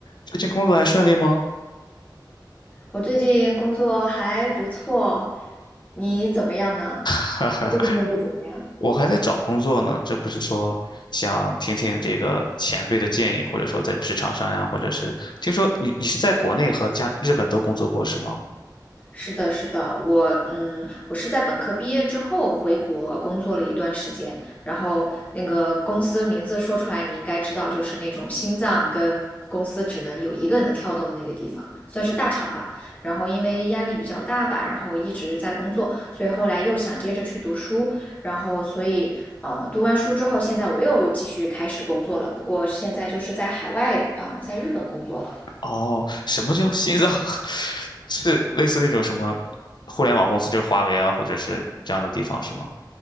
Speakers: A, on the left; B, on the left.
A: 最近工作还顺利吗？
B: 我最近工作还不错，你怎么样呢？
A: <laughs>
B: 你最近工作怎么样？
A: 我还在找工作呢，这不是说想听听这个前辈的建议，或者说在职场上呀，或者是听说你你是在国内和加日本都工作过是吗？
B: 是的，是的，我嗯，我是在本科毕业之后回国工作了一段时间，然后那个公司名字说出来你应该知道，就是那种心脏跟公司只能有一个能跳动的那个地方，算是大厂吧。然后因为压力比较大吧，然后一直在工作，所以后来又想接着去读书，然后所以呃，读完书之后，现在我又继续开始工作了，不过现在就是在海外啊，呃在日本工作了。
A: 哦，什么叫心脏？<laughs> 是类似那种什么互联网公司，就是华为啊，或者是这样的地方是吗？